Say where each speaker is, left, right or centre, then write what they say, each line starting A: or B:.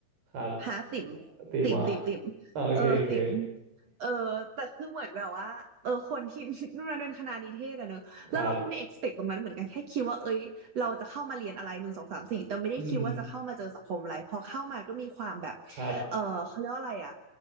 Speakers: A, on the right; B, on the right.
A: ครับ
B: หาติ่ม
A: ติ่มเหรอ
B: ติ่มติ่มติ่ม
A: อ่าโอเค
B: เออติ๋ม
A: โอเค
B: เออแต่คือเหมือนแบบว่าเออคนที่ <laughs> นู่นนั่นเป็นคณะนิเทศอะเนอะแล้วเราก็ไม่ได้
A: <laughs> ครับ
B: expect ตรงนั้นเหมือนกันแค่คิดว่าเอ้ยเราจะเข้ามาเรียนอะไรหนึ่งสองสามสี่แต่ไม่ได้คิดว่าจะเข้ามาเจอสังคมอะไรพอเข้ามาก็มีความแบบ
A: อืมครับ
B: เออเขาเรียกว่าอะไรอะ